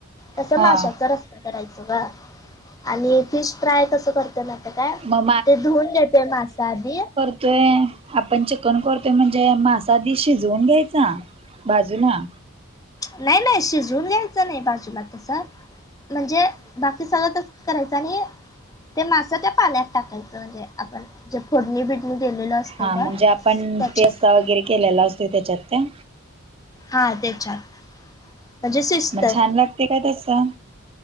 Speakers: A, on the left (about 15°); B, on the right (about 25°).
A: तस
B: हा
A: माशाचा रस्ता करायच ग आणि फिश फ्राय कसं करत ना काय
B: मग
A: ते धुऊून घेते मासा आधी
B: तो आपण चिकन करतोय म्हणजे मासाधी शिजवून घ्यायचा बाजूला
A: नाही नाही शिजवून घ्यायचं नाही बाजूला तस म्हणजे बा ते सगळं करायचं आणि ते मासा त्या पाल्या टाकायचं म्हणजे आपण जे फोडणी बिडणी दिलेलं असतंय
B: हा
A: बघ
B: म्हणजे आपण
A: त्याच्यात
B: तेसा वगैरे केलेला असतो त्याच्यात त्या
A: हा त्याच्या म्हणजे सिस्टर
B: मग छान लागते काय तसं